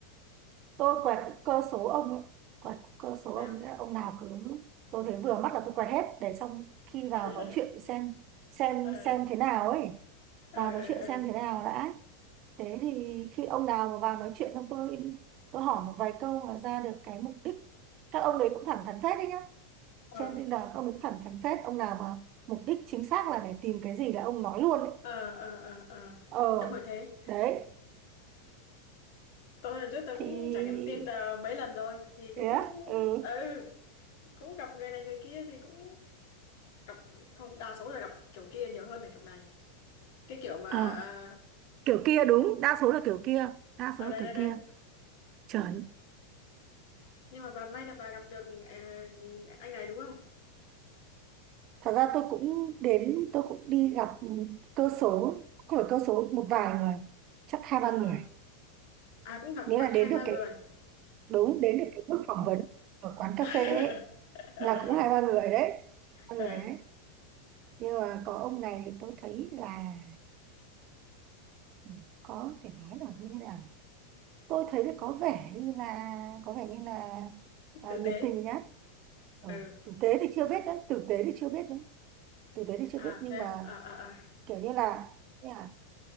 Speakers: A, on the right (about 40°); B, on the left (about 65°).
A: tôi quẹt cơ số ông ấy. quẹt cơ số
B: Thế
A: ông
B: à?
A: ấy, ông nào cứ tôi thấy vừa mắt là tôi quẹt hết để xong khi
B: <laughs>
A: vào nói chuyện xem xem
B: Ờ,
A: xem thế nào ấy
B: ờ,
A: vào nói chuyện
B: ờ,
A: xem thế nào đã thế thì khi ông nào mà vào nói chuyện xong tôi tôi hỏi một vài câu mà ra được cái mục đích các ông đấy cũng thẳng thắn phết đấy nhá
B: ờ,
A: trên Tinder các ông được thẳng thắn phết ông nào mà mục đích chính xác là để tìm cái gì là ông nói luôn ấy.
B: ờ, ờ, ờ, ờ, ờ.
A: ờ
B: Đúng rồi thế.
A: đấy
B: Tôi lần trước tôi cũng
A: thì
B: trải nghiệm Tinder mấy lần rồi, thì cũng,
A: thế á ừ
B: ừ, cũng gặp người này người kia thì cũng gặp không đa số là gặp kiểu kia nhiều hơn là kiểu này cái kiểu mà
A: ờ
B: à,
A: kiểu kia đúng đa số là kiểu kia đa
B: ở
A: số là
B: đây
A: kiểu
B: đây đấy
A: kia chuẩn
B: nhưng mà bà may là bà gặp được ờ, anh này đúng không
A: thật ra tôi cũng đến tôi cũng đi gặp cơ số cũng phải cơ số một vài người chắc hai
B: Ờ,
A: ba người
B: à cũng gặp
A: nghĩa
B: mặt
A: là
B: hai
A: đến được
B: ba người
A: cái đúng đến được cái bước phỏng vấn ở quán cà
B: <laughs>
A: phê ấy, là cũng hai ba người đấy ba
B: ừ,
A: người đấy nhưng mà có ông này thì tôi thấy là ừ, có thể nói là như thế nào nhỉ? tôi thấy là có vẻ như là có vẻ như là à,
B: tử
A: nhiệt
B: tế
A: tình nhất ừ.
B: ừ
A: tử tế thì chưa biết đấy tử tế thì chưa biết đấy tử tế thì chưa
B: à
A: biết nhưng
B: thế
A: mà
B: à à à, à.
A: kiểu như là, như là